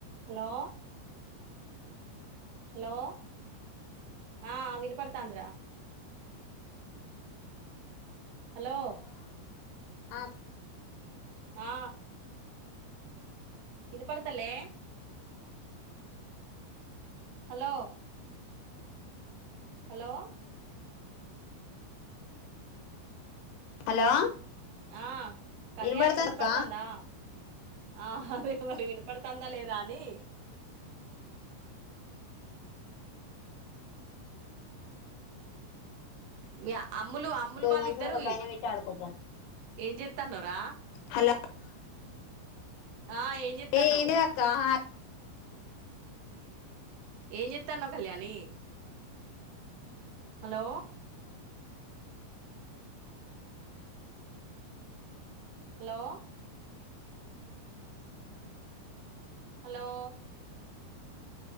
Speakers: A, on the right; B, on the left.
A: Hello hello ఆ వినపడతాంద్ర hello
B: ఆ
A: ఆ ఇనపడ్తలే హలో హలో
B: హలో
A: ఆ కళ్యాణి
B: ఇనబడతా
A: వినపడతందా
B: అక్క
A: ఆ అదే మరి వినపడతాందా లేదా అని మీయ అమ్ములు అమ్ములు వాళ్ళిద్దరివి
B: ఈ మంచం ఒకటి పైన పెట్టి ఆడుకోపో
A: ఏం జెత్తన్నవ్ రా
B: హలో
A: ఆ ఏం చేత్తన్నావ్
B: ఏమి అక్కా హ
A: ఏం జెత్తన్నావ్ Kalyani hello hello hello